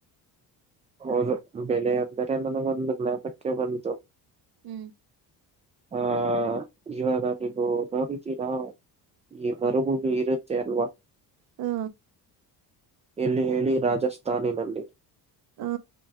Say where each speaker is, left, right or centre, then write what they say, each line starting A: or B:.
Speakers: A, on the right; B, on the right.
A: ಹೌದು ಬೆಲೆ ಅಂದರೆ ನನಗೊಂದು ಜ್ಞಪಕ್ಕೆ ಬಂತು
B: ಹ್ಮ್
A: ಹಾ ಇವಾಗ ನೀವು ನೋಡಿದ್ದೀರಾ ಈ ಮರುಭೂಮಿ ಇರುತ್ತೆ ಅಲ್ವಾ
B: ಹ್ಮ
A: ಎಲ್ಲಿ ಹೇಳಿ ರಾಜಸ್ಥಾನಿನಲ್ಲಿ
B: ಹ್ಮ